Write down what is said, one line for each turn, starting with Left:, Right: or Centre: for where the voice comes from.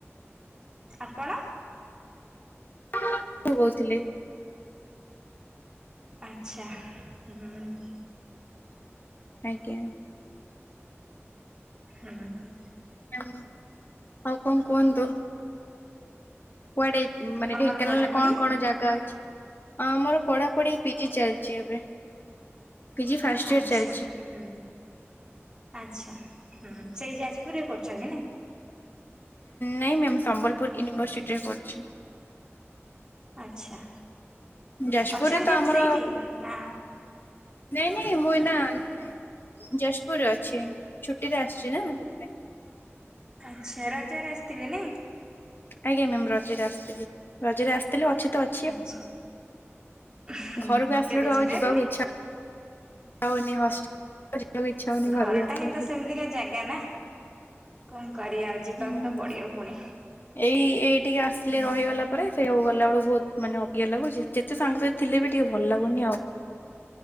Right: ଆପଣ?
Left: <unintelligible> କହୁଥିଲି
Right: ଆଚ୍ଛା ହୁଁ।
Left: ଆଜ୍ଞା।
Right: ହୁଁ ହୁଁ।
Left: ମ୍ ଆଉ କଣ କୁହନ୍ତୁ? କୁଆଡେ
Right: ଆପଣଙ୍କର
Left: ମାନେ ଢେଙ୍କାନାଳରେ
Right: ପଢାପଢି?
Left: କଣ କଣ ଜାଗା ଅଛି? ଆ ଆମର ପଢାପଢି ପିଜି ଚାଲିଛି ଏବେ। ପିଜି ଫାଷ୍ଟ ଇୟର
Right: ଆଚ୍ଛା
Left: ଚାଲିଛି।
Right: ହୁଁ ଆଚ୍ଛା ହୁଁ ସେଇ ଯାଜପୁରରେ କରୁଛନ୍ତି ନାଇଁ?
Left: ନାଇଁ ମ୍ୟାମ୍ ସମ୍ବଲପୁର ୟୁନିଭର୍ସିଟିରେ କରୁଛି।
Right: ଆଚ୍ଛା।
Left: ଯାଜପୁରରେ
Right: ଅଛନ୍ତି
Left: ତ
Right: ଏବେ
Left: ଆମର
Right: ସେଇଠି? ନା
Left: ନାଇଁ ନାଇଁ ମୁଁ ଏଇନା ଏ ଯାଜପୁରରେ ଅଛି। ଛୁଟିରେ ଆସିଛି ନା, ସେଇଥିପାଇଁ।
Right: ଆଚ୍ଛା, ରଜରେ ଆସିଥିବେ ନାଇଁ?
Left: ଆଜ୍ଞା ମ୍ୟାମ୍, ରଜରେ ଆସିଥିଲି। ରଜରେ ଆସିଥିଲି ଅଛି ତ ଅ
Right: ଆଛା। ହୁଁ
Left: ଘରକୁ ଆସିଲାଠୁ
Right: କେବେ
Left: ଆଉ
Right: ଯିବେ
Left: ଯିବାକୁ
Right: ପୁଣି?
Left: ଇଚ୍ଛା ହଉନି ହଷ୍ଟେଲ ଯିବାକୁ ଇଚ୍ଛା ହଉନି ଘରକୁ
Right: ଘରଟା
Left: ଆସିଲାଠୁ।
Right: ହିଁ ତ ସେମିତିକା ଜାଗା ନା। କଣ କରିବା ଆଉ? ଯିବାକୁ
Left: ହୁଁ,
Right: ତ ପଡିବ ପୁଣି।
Left: ଏଇ ଏଇଠିକି ଆସିଲେ
Right: ହୁଁ
Left: ରହିଗଲା ପରେ ସେଇ ହଉ ଗଲାବେଳକୁ ବହୁତ ମାନେ ଅବାଗିଆ ଲାଗୁଛି। ଯେତେ ତେ ସାଙ୍ଗ ସାଥି ଥିଲେ ବି ଟିକେ ଭଲ ଲାଗୁନି ଆଉ।